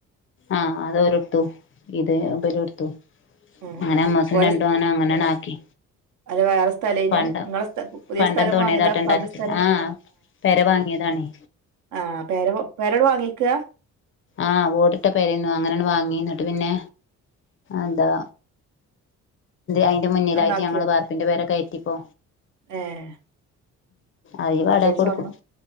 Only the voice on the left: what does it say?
ആഹ് അതോല്ട്ത്തു ഇത്
ഇബലൊടുത്തു
അങ്ങനെ
അമ്മോസൻ
രണ്ടു വൻ അങ്ങനങ്ങ് ആക്കി
പണ്ടം
പണ്ട
<unintelligible>
കാട്ടേണ്ടാ
ആഹ് പെര വാങ്ങിയതാണ്
ആഹ് ഓടിട്ട പെരേന്നു അങ്ങനാണ വാങ്ങി ഇന്നട്ട് പിന്നെ എന്താ അയിന്റെ മുന്നിലായിട്ട്
ഞങ്ങള് ബാർപ്പിന്റെ പെര കായിറ്റിപ്പോ
അയിവാടകകൊടുക്കും